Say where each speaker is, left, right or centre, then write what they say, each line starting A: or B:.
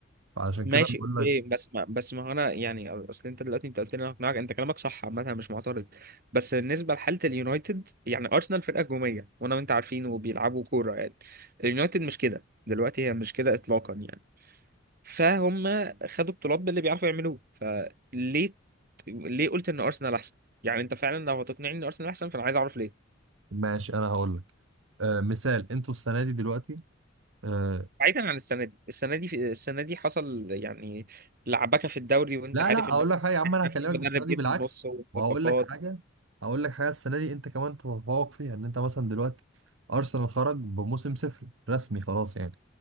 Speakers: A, on the right; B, on the right.
A: فعشان
B: ماشي
A: كده بقول
B: اوكي
A: لك
B: بس ما بس ما هو انا يعني اصل انت دلوقتي انت قلت لي انا هقنعك انت كلامك صح عامه أنا مش معترض بس بالنسبه لحاله اليونايتد يعني ارسنال فرقه هجوميه وانا وانت عارفين وبيلعبوا كوره يعني اليونايتد مش كده دلوقتي هي مش كده اطلاقا يعني فهم خدوا بطولات باللي بيعرفوا يعملوه فليه ليه قلت ان ارسنال احسن يعني انت فعلا لو هتقنعني ان ارسنال احسن فانا عايز اعرف ليه
A: ماشي انا هقول لك آه مثال انتوا السنه دي دلوقتي آه،
B: بعيدا عن السنه دي السنه دي في السنه دي حصل يعني لعبكه في الدوري وانت
A: لا
B: عارف
A: لا
B: ان
A: اقول
B: هو
A: لك حاجه يا عم
B: احنا
A: انا هكلمك
B: في مدرب
A: بالسنه دي
B: جه
A: بالعكس
B: في النص والصفقات
A: وهقول لك حاجه هقول لك حاجه السنه دي انت كمان تتفوق فيها ان انت مثلا دلوقتي ارسنال خرج بموسم صفري رسمي خلاص يعني